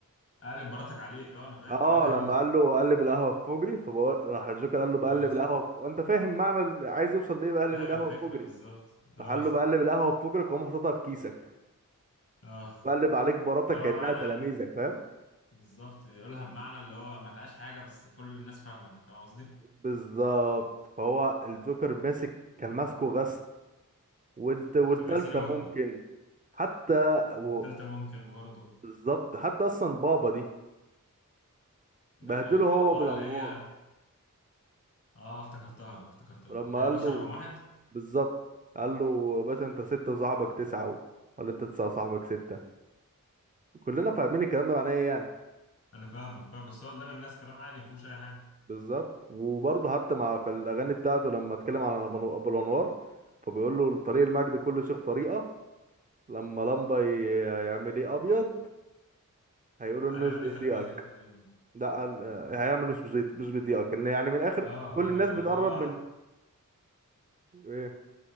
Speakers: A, on the left; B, on the right.
A: قالب براتك عليك اه انا فاكر
B: اه
A: قالها
B: لما
A: كده
B: قال له قلب القهوه في فجري فبقول راح الجوكر قال له بقلب
A: اه
B: القهوه في... وانت فاهم معنى اللي عايز يوصل ليه بقلب
A: فاهم
B: القهوه
A: الفكرة
B: في فجري
A: بالظبط اه
B: راح قال له بقلب القهوه في فجرك واقوم حاططها في كيسك
A: اه
B: بقلب عليك براتك
A: اللي
B: كانها
A: هو معنى
B: تلاميذك فاهم
A: بالظبط يقولها بمعنى اللي هو ما فيهاش حاجة بس كل الناس فاهمة انت فاهم قصدي؟
B: بالظبط فهو الجوكر ماسك كان ماسكه غسل والت... والتالتة
A: غسيل ومكوى
B: ممكن حتى و...
A: والتالتة ممكن برضو
B: بالظبط حتى اصلا بابا دي
A: لا
B: بهدله
A: ايه اه
B: هو بالانوار
A: آه، اللي هي اه افتكرتها افتكرتها
B: ولما
A: اللي هي
B: قال
A: باشا
B: له
A: رقم واحد
B: بالظبط قال له يا باشا انت ستة وصاحبك تسعة و... ولا انت تسعة وصاحبك ستة كلنا فاهمين الكلام ده معناه ايه يعني
A: انا فاهمك فاهم بس هو قدام الناس كلام عادي مفهوش اي حاجة
B: بالظبط وبرضه حتى مع في الاغاني بتاعته لما اتكلم عن ابو أبو الانوار فبيقول له طريق المجد كل شيخ طريقة لما لمبة ي- يعمل ايه ابيض هيقولوا الناس
A: قلب عليه
B: بيطيقك
A: تلاميذك تقريبا
B: ده قال- هيعمل مش بيطيق- مش بيطيقك ان يعني من الاخر
A: اه
B: كل
A: اه
B: الناس بتقرب
A: اه اللي هو
B: من ايه